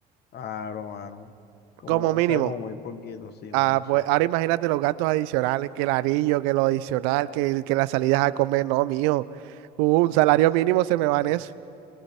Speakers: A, on the left (about 50°); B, on the right (about 75°).
A: Claro, mano. Como,
B: como mínimo.
A: o sea, como muy poquito, sí,
B: Ah,
A: mano, sí.
B: pues ahora imagínate los gastos adicionales, que el anillo, que lo adicional, que, que las salidas a comer, no, mijo. un
A: Como
B: salario
A: así,
B: mínimo se me
A: mano.
B: va en eso.